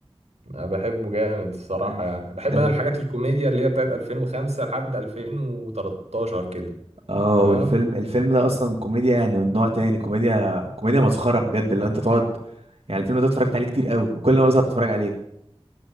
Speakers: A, on the right (about 85°); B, on the right (about 65°).
A: انا بحبه جامد الصراحة
B: الف...
A: يعني بحب
B: الف...
A: انا الحاجات الكوميديا اللي هي بتاعت 2005 لحد 2013 كده
B: اه
A: تمام
B: والفيلم الفيلم ده اصلا كوميديا يعني من نوع تاني كوميديا كوميديا مسخره بجد اللي هو انت تقعد يعني الفيلم ده اتفرجت عليه كتير قوي وكل ما بزهق بتفرج عليه